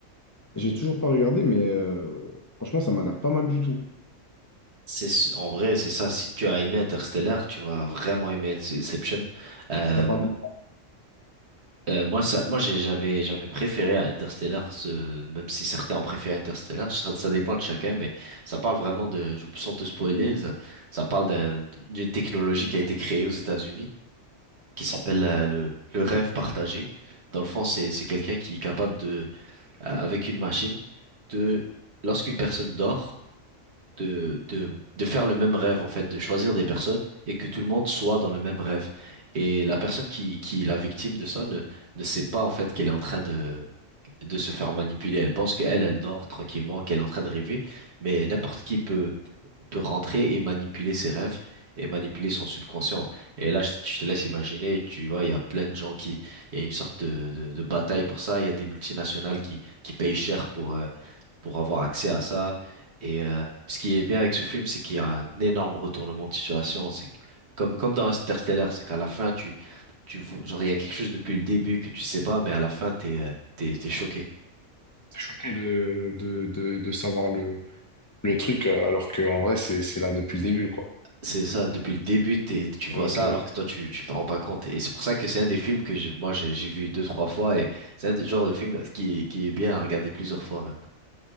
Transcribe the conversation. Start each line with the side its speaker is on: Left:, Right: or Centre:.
Left: J'ai toujours pas regardé, mais euh, franchement, ça m'a l'air pas mal du tout.
Right: C'est s- en vrai c'est ça. Si tu as aimé Interstellar, tu vas vraiment aimer Inception. Euh,
Left: Ça parle de-
Right: euh, moi ça, moi j'ai- j'avais j'avais préféré à Interstellar, ce, même si certains ont préféré Interstellar. Ça, ça dépend de chacun, mais ça parle vraiment de, je- sans te spoiler, ça, ça parle d'un- d'une technologie qui a été créée aux États-Unis qui s'appelle euh, le, le rêve partagé. Dans le fond, c'est c'est quelqu'un qui est capable de, euh, avec une machine, de, lorsqu'une personne dort, de, de, de faire le même rêve, en fait, de choisir des personnes et que tout le monde soit dans le même rêve. Et la personne qui, qui est la victime de ça ne, ne sait pas, en fait, qu'elle est en train de, de se faire manipuler. Elle pense qu'elle, elle dort tranquillement, qu'elle est en train de rêver, mais n'importe qui peut peut rentrer et manipuler ses rêves et manipuler son subconscient. Et là, je je te laisse imaginer, tu vois, il y a plein de gens qui, il y a une sorte de, de, de bataille pour ça. Il y a des multinationales qui, qui payent cher pour, euh, pour avoir accès à ça. Et euh, ce qui est bien avec ce film, c'est qu'il y a un énorme retournement de situation. C'est que- comme, comme dans Interstellar, c'est qu'à la fin, tu, tu, vois- genre, il y a quelque chose depuis le début que tu sais pas, mais à la fin, t'es, euh, t'es, t'es choqué.
Left: T'es choqué de, de, de, de savoir le, le truc, euh, alors que en vrai, c'est, c'est là depuis le début, quoi.
Right: C'est ça, depuis le début, t'es- tu vois
Left: Ok.
Right: ça alors que toi tu, tu te rends pas compte. Et c'est pour ça que c'est un des films que je- moi j'ai j'ai vu deux, trois fois et c'est un des- genre de film qui, qui est bien à regarder plusieurs fois même.